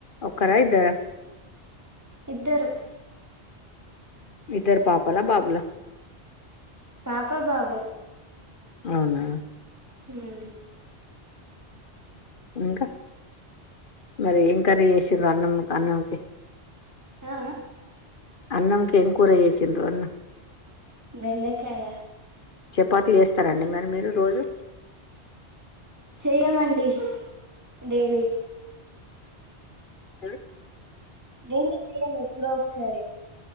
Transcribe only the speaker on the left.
ఒక్కార ఇద్దారా
ఇద్దర పాపాలా బాబులా
అవునా
ఇంకా మరి ఏం కర్రి చేసిడ్రు అన్నం అన్నంకి
అన్నంకేం కూర చేసిండ్రు అన్న
చపాతి చేస్తారండి మరి మీరు రోజు
ఉ